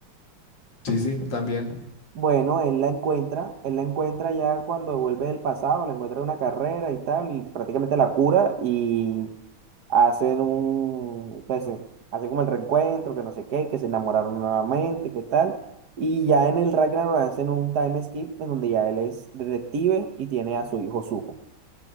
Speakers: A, on the left; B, on the right.
A: sí, sí, también.
B: bueno, él la encuentra, él la encuentra ya cuando vuelve del pasado, la encuentra en una carrera y tal, y prácticamente la cura y hacen un, pues, eh, hacen como el reencuentro, que no sé qué, que se enamoraron nuevamente, qué tal. Y ya en el Ragnarok hacen un time skip en donde ya él es detective y tiene a su hijo Suho.